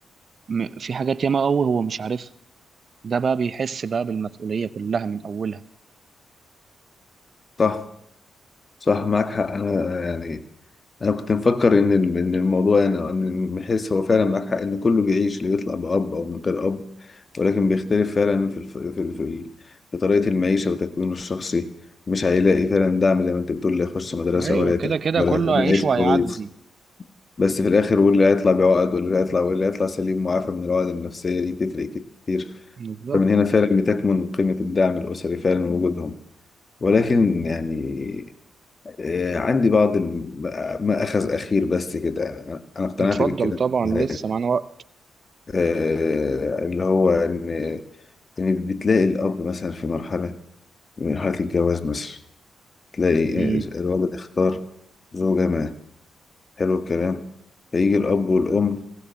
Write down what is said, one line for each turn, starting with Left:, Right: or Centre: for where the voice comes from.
Right: م- في حاجات ياما قوي هو مش عارفها ده بقى بيحس بقى بالمسؤولية كلها من اولها
Left: صح صح معاك حق انا يعني انا كنت مفكر ان ال- ان الموضوع يعني ان بحيث هو فعلا معاك حق ان كله بيعيش اللي بيطلع باب او من غير اب ولكن بيختلف فعلا في الف... في الف... في طريقه المعيشه وتكوينه الشخصي مش هيلاقي فعلا دعم زي ما انت بتقول لا يخش مدرسه
Right: ايوه
Left: ولا
Right: كده
Left: يت-
Right: كده
Left: ولا
Right: كله
Left: يكمل
Right: هيعيش
Left: عيش
Right: وهيعدي
Left: كويس بس في الاخر واللي هيطلع بعقد واللي هيطلع واللي هيطلع سليم معافى من العقد النفسيه دي تفرق كتير
Right: بالظبط
Left: فمن هنا فعلا بتكمن قيمه الدعم الاسري فعلا ووجودهم ولكن يعني آه، عندي بعض الم- ما أخذ أخير بس كده أنا اقتنعت
Right: اتفضل
Left: بالكلام
Right: طبعا
Left: ده.
Right: لسه معانا وقت
Left: آه، اللي هو إن إن بتلاقي الأب مثلا في مرحلة من مرحلة الجواز مثلا تلاقي
Right: امم
Left: آه، الولد اختار زوجة ما حلو الكلام فيجي الأب والأم